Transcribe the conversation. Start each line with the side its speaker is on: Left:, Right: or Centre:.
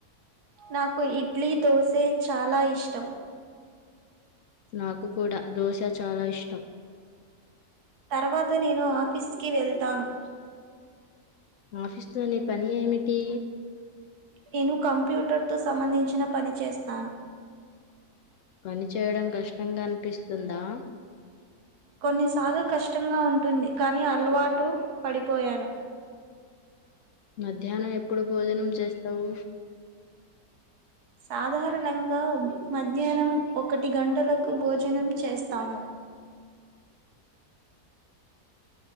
Right: నాకు ఇడ్లీ దోసే చాలా ఇష్టం
Left: నాకు కూడ దోశ చాలా ఇష్టం
Right: తర్వాత నేను ఆఫీస్ కి వెళ్తాను.
Left: ఆఫీస్లో ని పని ఏమిటి
Right: నేను కంప్యూటర్ తో సంబంధించిన పని చేస్తాను.
Left: పని చేయడం కష్టంగ అన్పిస్తుందా.
Right: కొన్నిసార్లు కష్టంగా ఉంటుంది కాని అలవాటు పడిపోయాను
Left: మధ్యాహ్నం ఎప్పుడు భోజనం చేస్తావు
Right: సాధారణంగా ఉం మధ్యాహ్నం ఒకటి గంటలకు భోజనం చేస్తాను